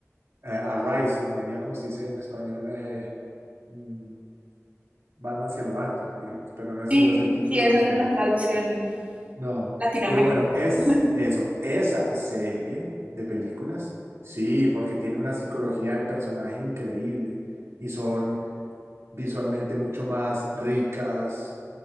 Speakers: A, on the right; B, on the right.
A: eh, Arise, me olvida cómo se dice en español, eh, mm, Batman se levanta, digamos, pero no, ese
B: Sí,
A: no es el título
B: sí, esa
A: en español.
B: no es la traducción
A: No,
B: latinoamericana.
A: pero bueno, es
B: <laughs>
A: eso, esa serie de películas, sí, porque tiene una psicología del personaje increíble y son visualmente mucho más ricas